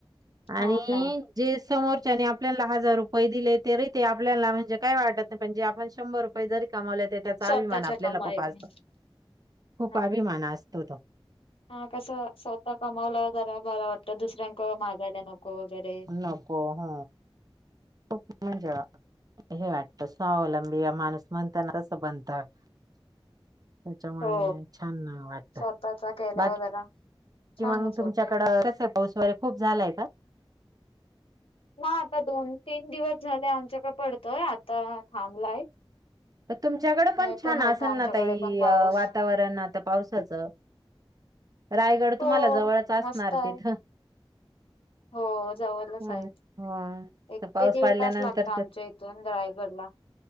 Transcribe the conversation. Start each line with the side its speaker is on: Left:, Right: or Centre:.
Left: हा
Right: आणि
Left: ना
Right: जे सम आपल्याला ह जार रुपये दिले तरी ते आपल्याला म्हणजे काय वाटत नाहीणजे शंभर रुपये जरी कमावले त्याचा
Left: स्वतःच्या
Right: अभिमान आपल्याला
Left: कमाईने
Right: खूप असत खूप
Left: हा.
Right: अभिमान असतो ो
Left: हा कस स्वतः कमवलं जरा बर वाटत दुसऱ्यांक मागायला नको वगैरे.
Right: नको ह म्हणजे हे वाटत स्वावलंबी माणूस म्हणताना तसं बनत त्याच्यामुळे
Left: हो
Right: छान वाटत
Left: स्वतःचा केल्यावर
Right: बाकी
Left: जरा
Right: कि
Left: छानच
Right: मग तुमच्याकडं
Left: वाटतं.
Right: कस पाऊस वगैरे खूप झालाय का
Left: ना आता दोन तीन दिवस झाले आमच्याक पडतय आता थांबलाय
Right: तर तुमच्याकडें
Left: नाही
Right: पण छान
Left: तर नव्हता
Right: असेल
Left: आमच्याकडे
Right: ना तई
Left: पण पाऊस.
Right: वातावरण आता पावसाचं रायगड
Left: हो
Right: तुम्हाला जवळच असणार
Left: मस्त आहे.
Right: तिथं
Left: हो जवळच
Right: हां
Left: आहे
Right: ना. हो.
Left: एक
Right: तर पाऊस
Left: ते दीड
Right: पडल्यानंतर
Left: तास लागत आमच्या
Right: तर
Left: इथून रायगडला ह